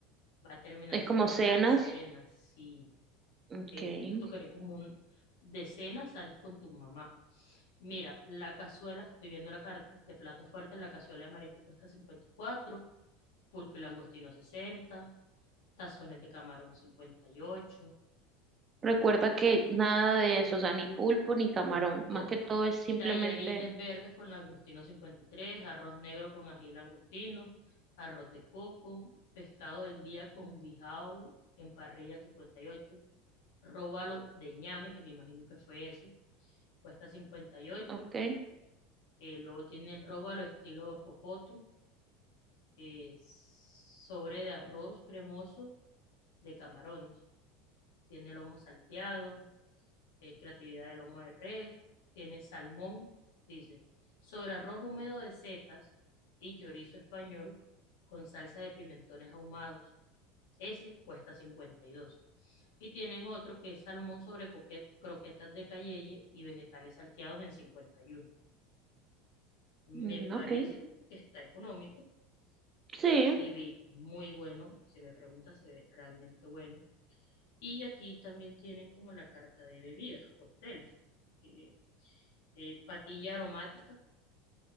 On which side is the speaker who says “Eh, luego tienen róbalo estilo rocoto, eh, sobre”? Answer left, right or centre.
Left